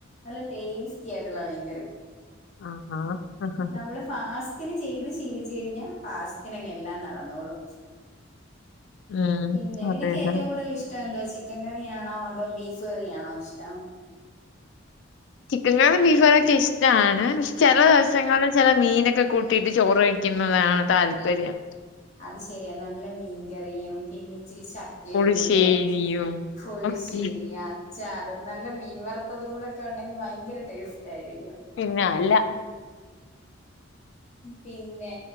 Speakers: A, on the left; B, on the left.
A: നല്ല ടേസ്റ്റി ആയിട്ടുള്ള മീൻകറി.
B: ആഹ് ആഹ്
A: നമ്മള് ഫാസ്റ്റിന് ചെയ്ത് ശീലിച്ചു കഴിഞ്ഞാ ഫാസ്റ്റിന്ങ്ങ് എല്ലാം നടന്നോളും
B: ഉം
A: പിന്നെ
B: അതെ
A: നിക്ക്
B: അതെ
A: ഏറ്റവും കൂടുതൽ ഇഷ്ടം എന്തോ ചിക്കൻ കറിയാണോ അതോ ബീഫ് കറിയാണോ ഇഷ്ടം
B: ചിക്കൻ കറിയും ബീഫ് കറിയൊക്കെ ഇഷ്ട്ടാണ് ചെലെ ദവസങ്ങളില് ചെലെ മീനൊക്കെ കൂട്ടിയിട്ട് ചോറ് വയ്ക്കുന്നതാണ് താല്പര്യം.
A: അത് ശരിയാ നല്ല മീൻകറിയും പിന്നെ ഇച്ചിരി ശ
B: പുളിശ്ശേരിയും
A: ഏവിയലോ ഫുള്ള്
B: ഒക്കെ
A: ശരിയാ ചാറും നല്ല മീൻ വറുത്തതും കൂടെ ഒക്കെ ഉണ്ടെങ്കി ഭയങ്കര ടേസ്റ്റ് ആയിരിക്കും.
B: പിന്നെ അല്ല
A: പിന്നെ